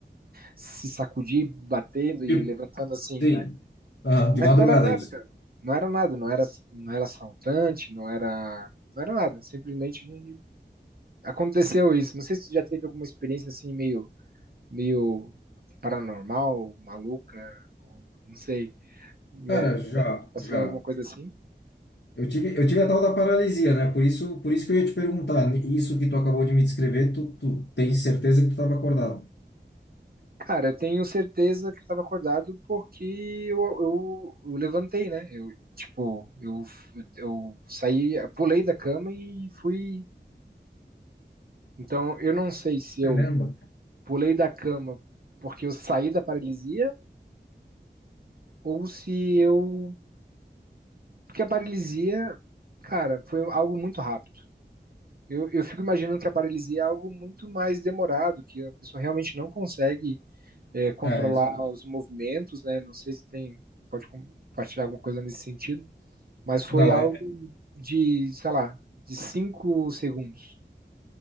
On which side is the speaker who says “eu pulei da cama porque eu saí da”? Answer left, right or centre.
Right